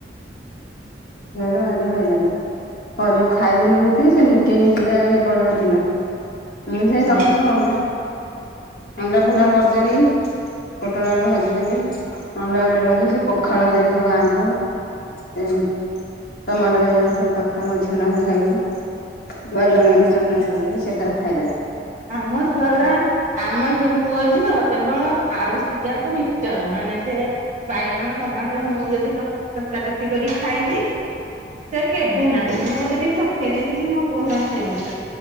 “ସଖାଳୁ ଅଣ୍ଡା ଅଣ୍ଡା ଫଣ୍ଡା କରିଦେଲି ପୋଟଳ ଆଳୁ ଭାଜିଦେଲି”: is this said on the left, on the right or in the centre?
Left